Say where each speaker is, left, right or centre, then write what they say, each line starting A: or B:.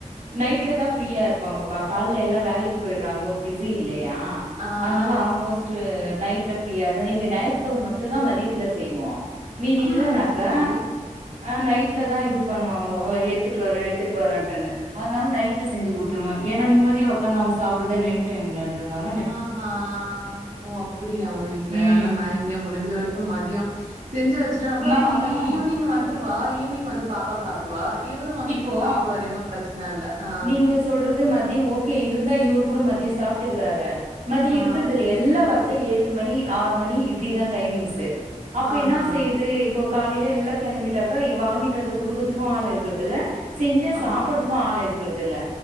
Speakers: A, on the right; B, on the right.
A: நைட்ல தா ஃப்ரீயா இருப்பாங்கப்பா கால எல்லா வேலைக்கு போயுடுறாங்கோ பிஸி இல்லையா
B: ஆ.
A: அதனால
B: ஆ.
A: ஆல்மோஸ்ட்நைட் பிரீய இந்த ஞாயிற்றுக்கழம மட்டும் தா மதியத்துல செய்வோ மீது
B: ஆ. ஆ
A: இல்னாக்கா
B: சரி.
A: ஆ நைட்ல தா இது பண்ணுவாங்கோ எத்துட்டு வரே எடுத்துட்டு வரேன்ட்டுங்கு அதனால நைட்ல செஞ்சு கொடுத்துருவே ஏன்னா நிம்மதியா உக்காந்து அவங்க சாப்பிறதே நைட் டைம்ன்றுதுனால
B: ஆஹ்ஹா ஓ அப்படியா அவங்க வீட்டு்ல
A: ம்
B: ஆனா நா இங்க முடிஞ்ச வரைக்கு மதியோ செஞ்சு வச்சுட்டா கூட
A: மதியம்
B: பாப்பா ஈவினிங் வந்து வா ஈவினிங் வந்து பாப்பா சாப்புடுவா இவரு வந்து
A: இப்போ
B: இவர் சாப்புடுருவாரு என்னு பிரச்சன இல்ல ஆ.
A: நீங்க சொல்றது மதியோ ஓகே இருந்தா இவரு கூட மதியோ சாப்ட்டுக்குறாரு மதி
B: ஆ.
A: இருக்கறிறது இல்ல எல்லா வரதே ஏழு மணி ஆறு மணி இப்படிதா டைமிங்ஸு அப்ப
B: ஆஹா!
A: என்ன செய்யுது இப்போ காலையில எல்லா கிளம்பிட்டாக்கா இவ வாங்கிட்டு வந்து கொடுக்குறதுக்கு ஆள் இருக்குறதுல்ல செஞ்சா
B: ஆ.
A: சாப்ப டுறதுக்குஆள் இருக்கிறது இல்ல